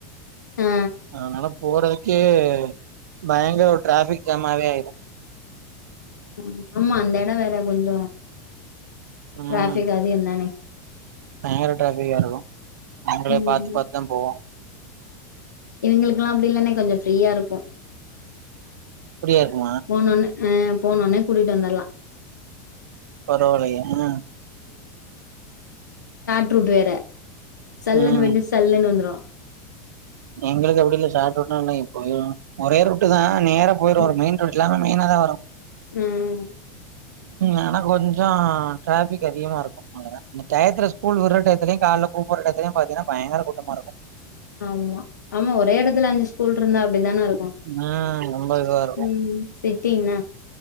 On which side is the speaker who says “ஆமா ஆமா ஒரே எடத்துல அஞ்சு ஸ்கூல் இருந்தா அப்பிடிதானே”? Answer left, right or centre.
Left